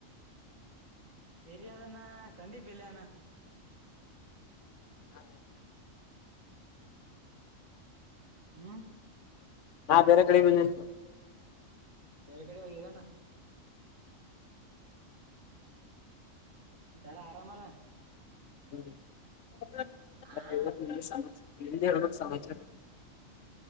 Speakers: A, on the right; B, on the left.
A: ಸರಿಾದಣ್ಣ ಸಂದಿಪ್ ಇಲ್ಲಣ
B: ಅದೇ
A: ಹ್ಮ
B: ನಾ ಬೇರೆ ಕಡೆ ಬಂದೇ
A: ಮ ಕಡೆ ಹೋಗಗ ನ ತಲ್ಲ ಆರಾಮಲ್ಲ
B: ಹ್ಮ್
A: ಆ
B: ಎಲ್ಲ ಸಮ ನಿ ಎ ಸಮಾಚಾರ